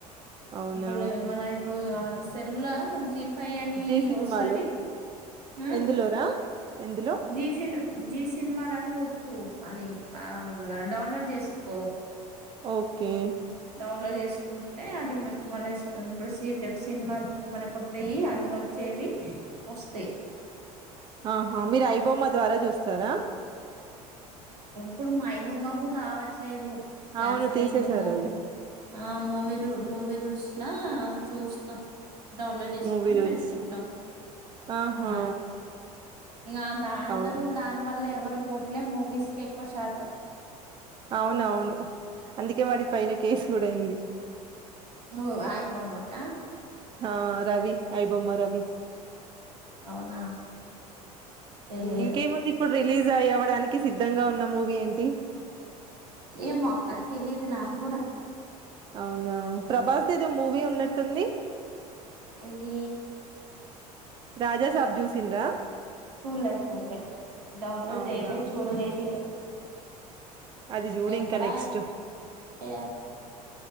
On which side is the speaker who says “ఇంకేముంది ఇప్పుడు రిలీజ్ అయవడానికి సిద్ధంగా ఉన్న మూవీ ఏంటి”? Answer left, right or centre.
Right